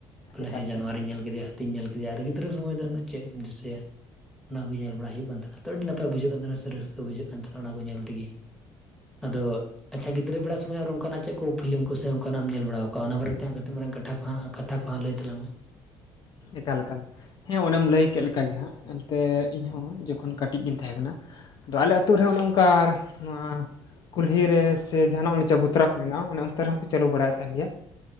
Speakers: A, in the centre; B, on the left.
A: ᱵᱚᱞᱮ
B: ᱮᱠᱟᱞ
A: ᱦᱮᱸ
B: ᱮᱠᱟᱞ
A: ᱡᱟᱱᱣᱟᱨᱤᱧ ᱧᱮᱞ ᱠᱮᱫᱮᱭᱟ ᱛᱤᱧ ᱧᱮᱞ ᱠᱮᱫᱮᱭᱟ ᱟᱨ ᱜᱤᱫᱽᱨᱟᱹ ᱥᱚᱢᱚᱭ ᱫᱚ ᱩᱱᱟᱹᱜ ᱪᱮᱫ ᱮᱢ ᱫᱤᱥᱟᱹᱭᱟ ᱚᱱᱟ ᱜᱮ ᱧᱮᱞ ᱵᱟᱲᱟ ᱦᱩᱭᱩᱜ ᱠᱟᱱ ᱛᱟᱦᱮᱸᱱᱟ᱾ ᱛᱚ ᱟᱹᱰᱤ ᱱᱟᱯᱟᱭ ᱵᱩᱡᱷᱟᱹᱜ ᱠᱟᱱ ᱛᱟᱦᱮᱸᱱᱟ ᱥᱮ ᱨᱟᱹᱥᱠᱟᱹ ᱵᱩᱡᱷᱟᱹᱜ ᱠᱟᱱ ᱛᱟᱦᱮᱸᱱᱟ ᱚᱱᱟ ᱠᱚ ᱧᱮᱞ ᱛᱮᱜᱤ᱾ ᱟᱫᱚ ᱟᱪᱪᱷᱟ ᱜᱤᱫᱽᱨᱟᱹ ᱵᱮᱲᱟ ᱥᱚᱢᱚᱭ ᱟᱨ ᱚᱱᱠᱟᱱᱟᱜ ᱪᱮᱜ ᱠᱚ ᱯᱷᱤᱞᱢ ᱠᱚ ᱥᱮ ᱚᱱᱠᱟᱱᱟᱜ ᱮᱢ ᱧᱮᱞ ᱵᱟᱲᱟᱣ ᱠᱟᱜ ᱟ? ᱚᱱᱟ ᱵᱟᱨᱮᱛᱮ ᱠᱟᱹᱴᱤᱡ ᱢᱟᱨᱟᱝ ᱠᱟᱛᱷᱟ ᱠᱚ ᱦᱟᱸᱜ ᱠᱟᱛᱷᱟ ᱠᱚᱦᱚᱸ ᱞᱟᱹᱭ ᱛᱟᱞᱟᱝ ᱢᱮ,
B: ᱮᱠᱟᱞ ᱮᱠᱟᱞ ᱦᱮᱸ ᱚᱱᱮᱢ ᱞᱟᱹᱭ ᱠᱮᱜ ᱞᱮᱠᱟ ᱡᱟᱦᱟᱸ ᱮᱱᱛᱮ ᱤᱧᱦᱚᱸ ᱡᱚᱠᱷᱚᱱ ᱠᱟᱹᱴᱤᱡ ᱜᱤᱧ ᱛᱟᱦᱮᱸ ᱠᱟᱱᱟ᱾ ᱫᱚ ᱟᱞᱮ ᱟᱹᱛᱩ ᱨᱮ ᱚᱱᱮ ᱚᱱᱠᱟᱨ ᱱᱚᱣᱟ ᱠᱩᱞᱦᱤ ᱨᱮ ᱥᱮ ᱡᱟᱦᱚᱱᱟᱜ ᱚᱱᱮ ᱪᱟᱵᱩᱛᱨᱟ ᱠᱚ ᱢᱮᱱᱟᱜ-ᱟ, ᱚᱱᱮ ᱚᱱᱛᱮ ᱨᱮᱦᱚᱸ ᱠᱚ ᱪᱟᱹᱞᱩ ᱵᱟᱲᱟᱭᱮᱫ ᱛᱟᱦᱮᱱ ᱜᱮᱭᱟ ᱾